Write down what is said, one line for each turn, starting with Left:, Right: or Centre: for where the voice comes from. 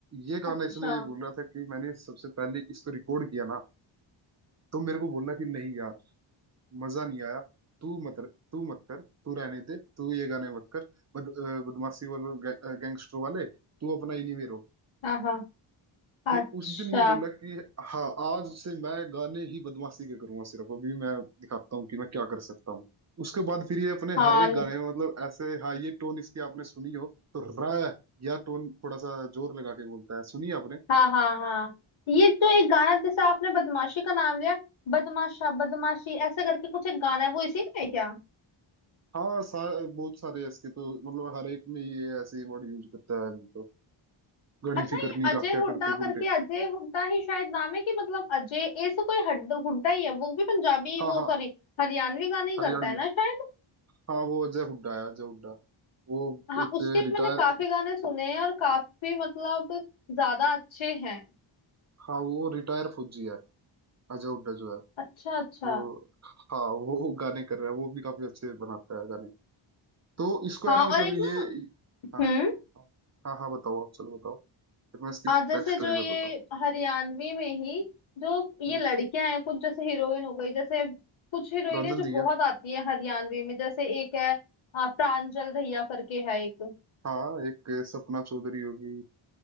Right: ये गाना
Left: अच्छा
Right: इसने बोल रहा था कि मैंने सबसे पहले इसको रिकॉर्ड किया ना तो मेरे को बोला कि नहीं यार मजा नहीं आया तू मत तू मत कर तू रहने दे तू ये गाने मत कर बद, अ, बदमाशी वाले गैंगस्टर वाले तू अपना इन्हीं में रहो
Left: हाँ हाँ अच्छा
Right: तो उस दिन ये बोला कि हाँ आज से मैं गाने ही बदमाशी के करूंगा सिर्फ अभी मैं दिखाता हूँ कि मैं क्या कर सकता हूँ उसके बाद फिर ये अपने
Left: हाँ
Right: हर एक
Left: न-
Right: गाने में मतलब ऐसे हाँ ये टोन इसकी आपने सुनी हो तो र या टोन थोड़ा सा जोर लगा के बोलता है सुनिए आपने
Left: हाँ हाँ हाँ ये तो एक गाना जैसे आपने बदमाशी का नाम लिया बदमाशा बदमाशी ऐसा करके कुछ एक गाना है वो इसी का है क्या
Right: हाँ सा, बहुत सारे इसके तो मतलब हर एक में ये ऐसे वर्ड यूज करता है तो घणी
Left: अच्छा
Right: फिकर
Left: ये
Right: नहीं
Left: अजय
Right: राख्या
Left: हुड्डा
Right: करते
Left: करके
Right: गुंडे
Left: अजय हुड्डा ही शायद नाम है कि मतलब अजय ऐसे कोई हड हुड्डा ही है वो भी पंजाबी
Right: हाँ
Left: वो
Right: हाँ
Left: सॉरी हरियाणवी गाने ही
Right: हरियाणवी
Left: करता है ना शायद
Right: हाँ वो अजय हुड्डा है अजय हुड्डा वो
Left: हाँ
Right: एक
Left: उसके भी
Right: रिटायर
Left: मैंने काफी गाने सुने हैं और काफी मतलब ज्यादा अच्छे हैं
Right: हाँ वो रिटायर फौजी है अजय हुड्डा जो है
Left: अच्छा अच्छा
Right: तो हाँ वो गाने कर रहा है वो भी काफी अच्छे बनाता है गाने तो इसको
Left: हाँ
Right: है ना मतलब
Left: और एक
Right: ये
Left: ना
Right: हाँ
Left: हम्म
Right: हाँ हाँ हाँ, बताओ आप चलो बताओ फिर मैं इसकी
Left: आ जैसे
Right: बैक स्टोरी
Left: जो ये
Right: बताता हूँ
Left: हरियाणवी में ही जो ये
Right: हम्म,
Left: लड़कियां हैं कुछ जैसे हीरोइन हो गई जैसे कुछ हीरोइनें
Right: प्रांजल
Left: जो
Right: दिया
Left: बहुत आती है हरियाणवी में जैसे एक है आ, प्रांजल दहिया करके है एक
Right: हाँ एक सपना चौधरी होगी